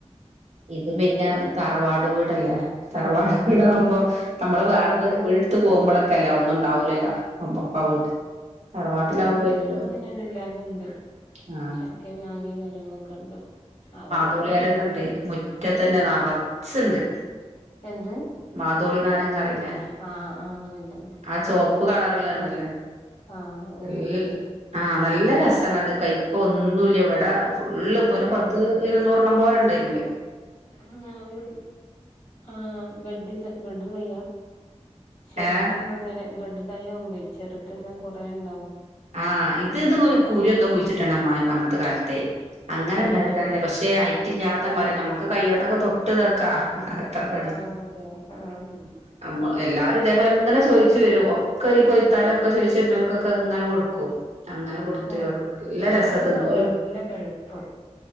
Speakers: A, on the right; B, on the left.
A: ഇത് പിന്നെ തറവാട് വീടല്ലേ തറവാട്
B: ആഹ്
A: വീട് ആവുമ്പോ നമ്മള്
B: ഇവിടെ
A: വേറെ
B: എന്റെ വീട്ട്
A: വീട് ഇട്ത്ത് പോവുമ്പളൊക്കെ അല്ലെ ഒന്നും ഉണ്ടാവൂലല്ലോ അപ്പക്ക വീട്ടിൽ തറവാട്ടിലാവുമ്പോല്ലോ
B: ഇന്റെ വീട്ടില് അങ്ങനേണ് എല്ലാതും ഇണ്ട്
A: ആഹ്
B: ചക്കയും മാങ്ങയും കാര്യങ്ങളൊക്കെ ഉണ്ട് അവ്ടെ
A: തോളിയാരങ്ങണ്ട് മുറ്റത്തന്നെ നറച്ച്ണ്ട്
B: എന്ത്
A: മാതോളി നാരങ്ങ അറിയില്ലേ
B: ആഹ് ആഹ് ഇണ്ട്
A: ആ
B: വൽത്
A: ചോപ്പ് കളറ്ള്ളണ്ടല്ലോ
B: ആഹ് ആഹ് വല്തല്ലേ
A: നല്ല ആഹ് നല്ല രസാണ് അത് കൈപ്പൊന്നുല്ല ഇവിടെ ഫുള്ള് ഇപ്പൊ ഒരു
B: ഏഹ്
A: പത്ത് ഇരുന്നൂറ് ണ്ണം പോരണ്ട് അയ്മല്
B: ആഹ് ഇവ്ടെ ആഹ് ബെഡ്ഡിത ബെഡ്ഡ് തയ്യാ ചെറുത്
A: ഏഹ്
B: മ്മെ ഇങ്ങനെ ബെഡ്ഡ് തയ്യാവുമ്പെ ചെറുത് മ്മെ കൊറേ ഇണ്ടാവും
A: ആഹ് ഇത് ഇത് ഒരു
B: ചക്കിം
A: കൂരു
B: ഇങ്ങനെ
A: എന്തോ കുഴിച്ചിട്ടാണ് അമ്മായിമ്മ അന്നത്തെ കാലത്തെയ അങ്ങനെ
B: ഏഹ്
A: ഇണ്ടായതാണ്
B: അതെ
A: പക്ഷെ രേ ഹൈറ്റില്ലാത്ത മരം നമ്മക്ക് കയ്യോണ്ടൊക്കെ തൊട്ട്താക്കാ അത്രക്ക് അടി
B: ആഹ് അതെ ആഹ്
A: ഉം അമ്മ എല്ലാരും ഇതേപോലെ ഇങ്ങനെ ചൊയിച്ച് വരും ഒക്കെ ഈ പൊയ്ത്താല് ഒക്കെ ചൊയിച്ച് വരുന്നോൽക്കൊക്കെ ഇങ്ങനെ കൊട് ക്കും അങ്ങനെ കൊടുത്ത്താക്കും
B: ആഹ്
A: നല്ല രസാ
B: ചെലതാണ്
A: തിന്നോല്
B: നല്ല പഴുപ്പ്